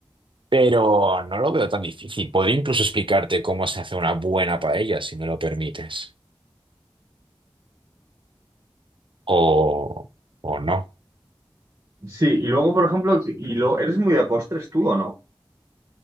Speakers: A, on the right (about 85°); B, on the right (about 35°).
A: Pero no lo veo tan difícil. Podría incluso explicarte cómo se hace una buena paella, si me lo permites. O, o no.
B: Sí, y luego, por ejemplo, y lo... ¿eres muy de postres tú o no?